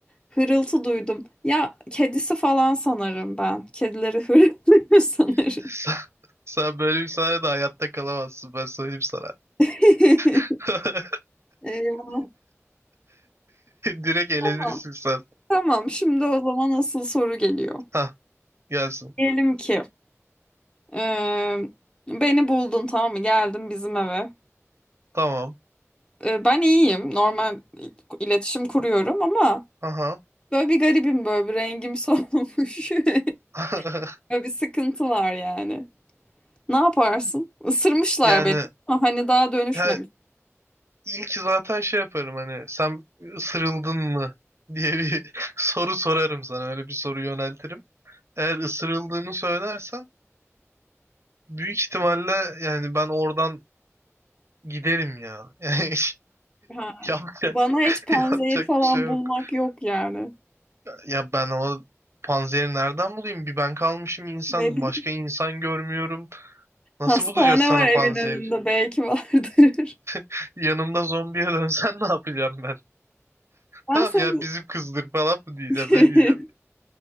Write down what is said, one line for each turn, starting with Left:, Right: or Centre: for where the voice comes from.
Left: Hırıltı duydum. Ya kedisi falan sanırım ben. Kedileri hırıltı <laughs> sanırım.
Right: <laughs> Sen, sen böyle bir sayede hayatta kalamazsın ben söyleyeyim sana.
Left: <laughs>
Right: <laughs>
Left: Eyvah.
Right: Direkt elenirsin
Left: Tamam.
Right: sen.
Left: Tamam. Şimdi o zaman asıl soru geliyor.
Right: Hah gelsin.
Left: Diyelim ki e, beni buldun tamam mı? Geldim bizim eve.
Right: Tamam.
Left: E, ben iyiyim. Normal iletişim kuruyorum ama
Right: Aha.
Left: böyle bir garibim böyle bir rengim solmuş. <laughs>
Right: <laughs>
Left: Böyle bir sıkıntı var yani. Ne yaparsın? Isırmışlar
Right: Yani
Left: beni. Ha, Hani daha dönüşmemiş.
Right: ya İlk zaten şey yaparım hani sen ısırıldın mı diye bir <laughs> soru sorarım sana öyle bir soru yöneltirim. Eğer ısırıldığını söylersen büyük ihtimalle yani ben oradan giderim ya. <laughs> Yani
Left: Ha.
Right: yapacak
Left: Bana hiç
Right: <laughs>
Left: panzehir
Right: yapacak
Left: falan
Right: bir şey yok.
Left: bulmak yok yani.
Right: Ya ben o panzehiri nereden bulayım? Bir ben kalmışım insan
Left: Ne bileyim.
Right: başka insan görmüyorum. Nasıl
Left: Hastane
Right: bulacağız sana
Left: var evin
Right: panzer?
Left: önünde belki vardır. <laughs>
Right: <laughs> Yanımda zombiye dönsen ne yapacağım ben?
Left: Ben
Right: Tamam
Left: seni
Right: ya bizim kızdır falan mı diyeceğim
Left: <laughs>
Right: ne diyeceğim?